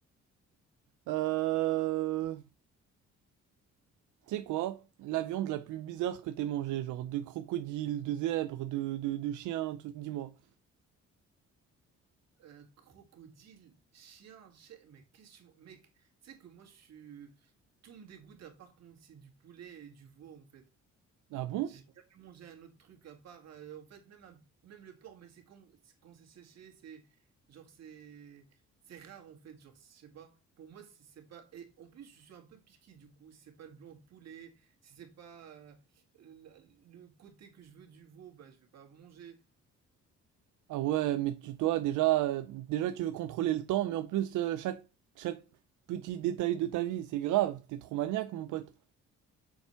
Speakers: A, on the right; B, on the right.
A: Euh, tu sais quoi? La viande la plus bizarre que t'aies mangée, genre de crocodile, de zèbre, de, de, de chien, tout, dis-moi.
B: Euh, crocodile, chien, chien, mais qu'est-ce que tu... m'en- Mec, tu sais que moi je suis... Tout me dégoûte à part quand c'est du poulet et du veau en fait.
A: Ah bon?
B: J'ai jamais mangé un autre truc à part. euh, en fait, même, un- même le porc, mais c'est quand, c'est quand c'est séché, c'est. Genre, c'est. C'est rare en fait, genre, je sais pas. Pour moi, si c'est pas. Et en plus, je suis un peu piqué du coup. Si c'est pas le blanc de poulet, si c'est pas euh, la- le côté que je veux du veau, bah, je vais pas manger.
A: Ah ouais, mais tu toi déjà, euh, déjà tu veux contrôler le temps, mais en plus euh, chaque, chaque petit détail de ta vie, c'est grave, t'es trop maniaque mon pote.